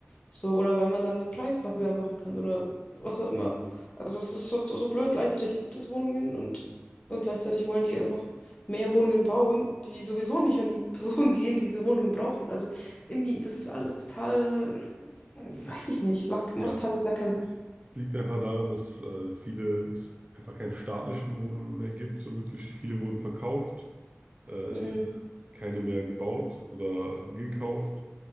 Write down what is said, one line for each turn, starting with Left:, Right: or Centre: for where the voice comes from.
Left: So, oder weil man dann den Preis noch höher machen kann oder was auch immer. Also es ist so, so blöd. Gleichzeitig gibt es Wohnungen und, und gleichzeitig wollen die einfach mehr Wohnungen bauen, die sowieso nicht an die <laughs> Personen gehen, die diese Wohnungen brauchen. Also irgendwie, das ist alles total, weiß ich nicht, macht, macht
Right: Ja,
Left: teilweise gar keinen
Right: das liegt einfach daran, dass äh, viele es einfach keine staatlichen Wohnungen mehr gibt, so wirklich. Viele wurden verkauft, äh,
Left: Sinn.
Right: es werden
Left: Mm,
Right: keine mehr gebaut oder gekauft.